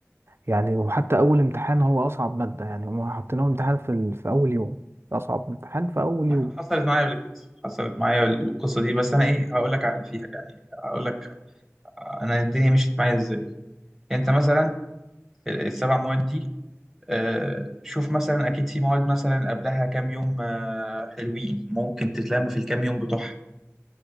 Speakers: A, on the right; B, in the centre.
A: يعني وحتى اول امتحان هو اصعب ماده يعني هم حاطين اول امتحان في ال... في اول يوم اصعب امتحان في اول
B: حصلت
A: يوم
B: معايا قبل كده حصلت معايا القصه دي بس انا ايه هقول لك على اللي فيها يعني هقول لك انا الدنيا مشيت معايا ازاي انت مثلا ال- السبع مواد دي آه، شوف مثلا اكيد في مواد مثلا قبلها كام يوم آه، حلوين ممكن تتلم في الكام يوم بتوعها